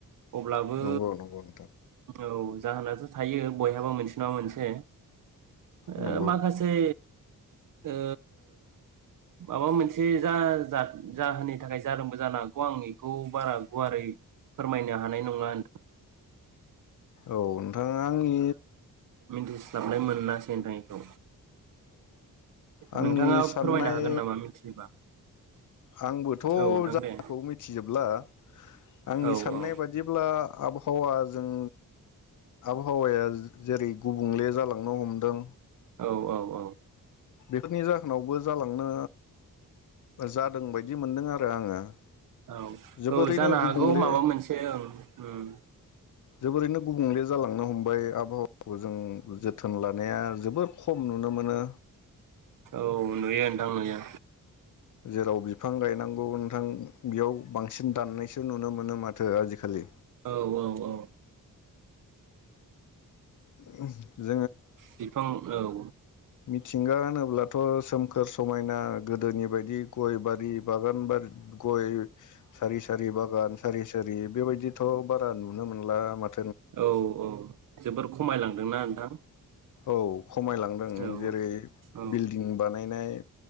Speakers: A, on the right; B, on the left.
A: अब्लाबो
B: नंगौ नंगौ नोंथां
A: औ जाहोनाथ' थायो बयहाबो मोनसे नङा मोनसे ओ
B: नंगौ
A: माखासे ओ माबा मोनसे जा जात जाहोननि थाखाय जादोंबो जानो हागौ आं एखौ बारा गुवारै फोरमायनो हानाय नङा नों
B: औ नोंथाङा आंनि
A: मिन्थिस्लाबनाय मोननासै नोंथां एखौ
B: आंनि
A: नोंथाङा
B: साननाय
A: फोरमायनो हागोन नामा मिथियोबा
B: आंबोथ'
A: औ नोंथां
B: जाहोनखौ
A: दे
B: मिथिजोबला आंनि
A: औ
B: साननाय
A: औ
B: बादिब्ला आब हावाजों आबहावाया जेरै- गुबुंले जालांनो हमदों
A: औ औ औ
B: बेफोरनि जाहोनावबो जालांनो जादों बायदि मोनदों आरो आङो
A: औ
B: जोबोरैनो
A: औ जानो
B: गुबुंले
A: हागौ माबा मोनसे ओं उम
B: जोबोरैनो गुबुंले जालांनो हमबाय आबहावा खौ जों जोथोन ला थानाया जोबोर खम नुनो मोनो।
A: औ नुयो नोंथां नुयो।
B: जेराव बिफां गायनांगौ नोंथां बेयाव बांसिन दाननायसो नुनो मोनो माथो आजिखालि
A: औ औ औ
B: <unintelligible>
A: बिफां औ
B: मिथिंगा होनोब्लाथ' सोमखोर स समायना गोदोनि बायदि गय बारि बागान बारिद गय सारि सारि बागान सारि सारि बेबायदिथ' बारा नुनो मोनला माथ
A: औ औ जोबोर खमायलांदोंना नोंथां?
B: औ खमायलांदों।
A: औ
B: जेरै -
A: औ
B: बिल्डिं बानायनाय